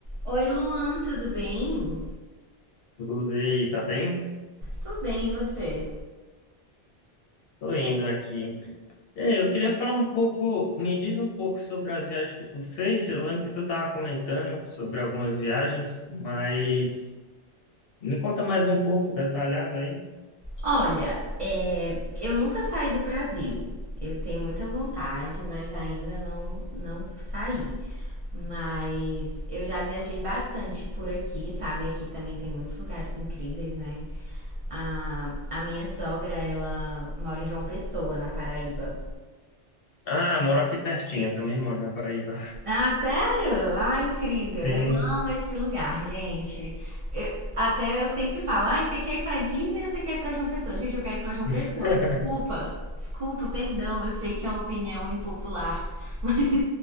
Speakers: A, on the right; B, on the left.
A: Oi, Luan, tudo bem?
B: Tudo e aí, tá bem?
A: Tô bem, e você?
B: Tô indo aqui. E aí, eu queria falar um pouco, me diz um pouco sobre as viagens que tu fez. Eu lembro que tu tava comentando sobre algumas viagens, mas me conta mais um pouco, detalhado aí.
A: Olha, é, eu nunca saí do Brasil. Eu tenho muita vontade, mas ainda não, não saí. Mas eu já viajei bastante por aqui, sabe? Aqui também tem muitos lugares incríveis, né? A, a minha sogra, ela mora em João Pessoa, na Paraíba.
B: Ah, moro aqui pertinho, também moro na Paraíba.
A: Ah, sério? Ah, incrível.
B: Sim.
A: Eu amo esse lugar, gente. Eu- até eu sempre falo, ah, você quer ir pra Disney ou você quer ir pra João Pessoa? Gente, eu quero ir pra João
B: <laughs>
A: Pessoa. Desculpa, desculpa, perdão, eu sei que é uma opinião impopular. <laughs>